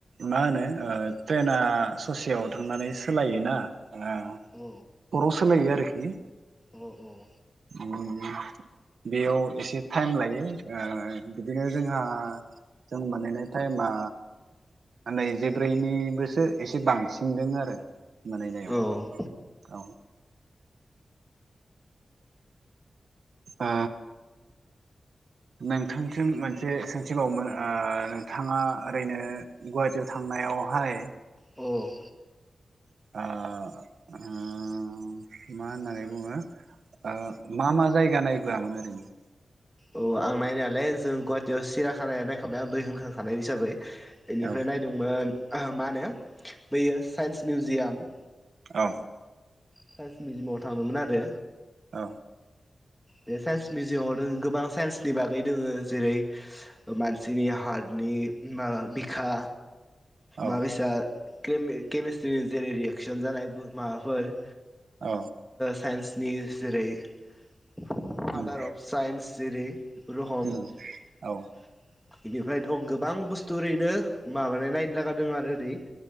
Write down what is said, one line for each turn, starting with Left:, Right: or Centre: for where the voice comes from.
Right: मा होनो ओ ट्रेना ससेयाव थांनानै सोलायो <unintelligible>
Centre: औ
Right: खर' सोलायो आरोखि
Centre: औ औ
Right: ओम। बेयाव एसे टाइम लायो ओ बिदिनो जोंहा जों बानायनाय टाइमा नै जिब्रैनिबोसो एसे बांसिन दों आरो मोनहैनायाव
Centre: औ
Right: औ ओ। नोंथांसिम मोनसे सोंथिबावोमोन ओ नोंथाङा ओरैनो गुवाहाटियाव थां नायावहाय
Centre: औ
Right: आ उम मा होननानै बुङो ओ मा मा जायगा नायबोआमोन ओरैनो
Centre: औ आं नानायालाय जों गुवाहाटियाव सिरिया खाना नायखांबाय आं दहाय होनखांखानाय हिसाबै बेनिफ्राय
Right: औ
Centre: नायदोंमोन मा होनो बैयो साइन्स मिउजियाम
Right: औ।
Centre: साइन्स मिउजियामाव थांदोंमोन आरो।
Right: औ।
Centre: बे साइन्स मिउजियामाव गोबां साइन्सनि बागै दङो जेरै मानसिनि हार्ट नि मा बिखा
Right: औ
Centre: मा बेसाद केमिस्ट्रिनि जेरै रियेकसन जानाय माबाफोर
Right: औ
Centre: साइन्सनि जेरै फादार
Right: उम
Centre: अफ साइन्स जेरै बेफोरो हम
Right: उम
Centre: <unintelligible>
Right: औ
Centre: बेनिफ्राय दं गोबां बुस्थु ओरैनो माबानाय नायनो लागा दों आरो ओरै